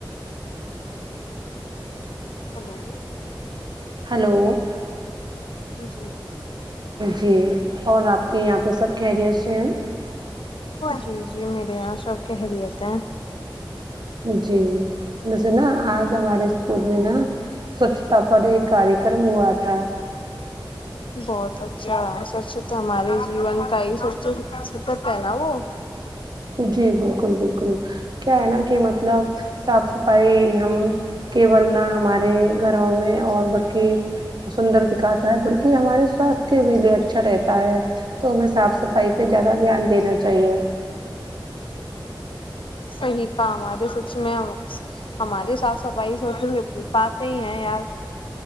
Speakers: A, on the left; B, on the right.
A: ہیلو
B: ہیلو
A: جی
B: جی اور آپ کے یہاں پہ سب خیریت سے ہیں
A: جی جی میرے یہاں سب خیہریت ہے
B: جی ویسے ناں آج ہمارے اسکول میں ناں سوچھتا پر ایک کاریہ کرم ہوا تھا
A: بہت اچھا سوچ تو ہمارے جیون کا ہی سچ <unintelligible>
B: جی بالکل بالکل کیا ہے ناں کہ مطلب صاف صفائی ہم کیول نہ ہمارے گھروں میں اور بلکہ سندر دکھاتا ہے بلک کہ ہمارے سواستھ کے بھی لیے اچھا رہتا ہے تو ہمیں صاف صفائی پہ زیادہ دھیان دینا چاہیے
A: صحیح کہا ہمارے سوچ میں ہمارے صاف صفائی سوچ باتیں ہی ہیں یار